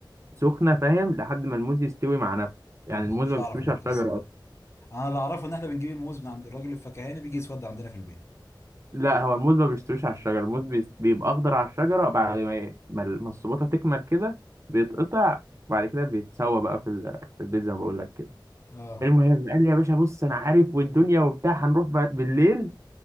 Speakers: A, on the right (about 35°); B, on the left (about 35°).
A: سخنة فاهم لحد ما الموز يستوي مع نفسه يعني
B: انا ما كنتش
A: الموز ما بيستويش
B: اعرف انا
A: على
B: القصه
A: الشجرة
B: دي
A: اصلا
B: انا اللي اعرفه ان احنا بنجيب الموز من عند الراجل الفكهاني بيجي يسود عندنا في البيت
A: لا هو الموز ما بيستويش على الشجرة الموز بيس- بيبقى اخضر على الشجرة بعد ما ما ال- ما السباطة تكمل كده بيتقطع وبعد كده بيتسوى بقى في ال- في البيت زي ما بقول لك كده
B: اه
A: المهم قال لي يا باشا بص انا عارف والدنيا وبتاع هنروح ب- بالليل